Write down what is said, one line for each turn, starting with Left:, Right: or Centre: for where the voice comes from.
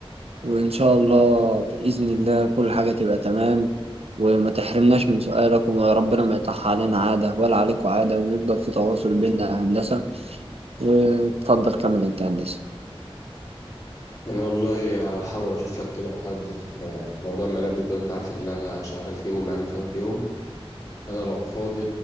Right: وإن شاء الله بإذن الله كل حاجة تبقى تمام وما تحرمناش من سؤالك وربنا ما يطح علينا عادة ولا عليكوا عادة ويفضل في تواصل بيننا يا هندسة وتفضل كمل أنت يا هندسة
Left: انا والله هحاول اشوف لك كده حد يعني موضوع الملابس ده انت عارف اللي انا شغال فيهم يعني وفاهم فيهم انا لو فاضي